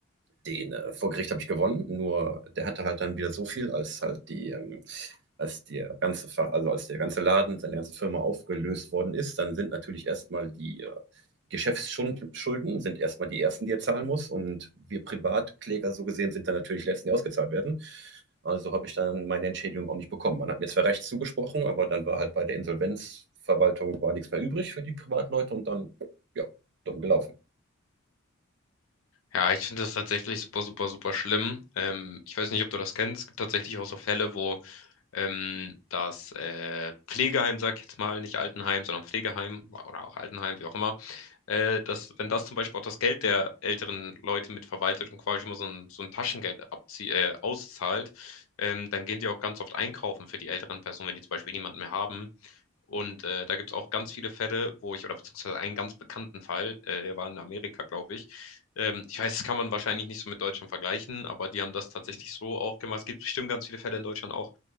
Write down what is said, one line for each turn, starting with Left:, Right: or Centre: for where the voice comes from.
Right: den äh, vor Gericht habe ich gewonnen, nur der hatte halt dann wieder so viel, als halt die, ähm, als der ganze, Ver- also als der ganze Laden, seine ganze Firma aufgelöst worden ist, dann sind natürlich erstmal die äh, Geschäftsschulden sind erstmal die ersten, die er zahlen muss. Und wir Privatkläger so gesehen sind dann natürlich die letzten, die ausgezahlt werden. Also habe ich dann meine Entschädigung auch nicht bekommen. Man hat mir zwar recht zugesprochen, aber dann war halt bei der Insolvenzverwaltung war nichts mehr übrig für die Privatleute und dann, ja, dumm gelaufen.
Left: Ja, ich finde das tatsächlich super, super, super schlimm. Ähm, ich weiß nicht, ob du das kennst. Es gibt tatsächlich auch so Fälle, wo ähm, das äh, Pflegeheim, sag ich jetzt mal, nicht Altenheim, sondern Pflegeheim oder auch Altenheim, wie auch immer, äh, dass, wenn das zum Beispiel auch das Geld der älteren Leute mitverwaltet und quasi immer so ein, so ein Taschengeld abzie äh, auszahlt, ähm, dann gehen die auch ganz oft einkaufen für die älteren Personen, wenn die zum Beispiel niemanden mehr haben. Und äh, da gibt es auch ganz viele Fälle, wo ich, oder beziehungsweise einen ganz bekannten Fall, äh, der war in Amerika, glaube ich. Ähm, ich weiß, das kann man wahrscheinlich nicht so mit Deutschland vergleichen, aber die haben das tatsächlich so auch gemacht. Es gibt bestimmt ganz viele Fälle in Deutschland auch,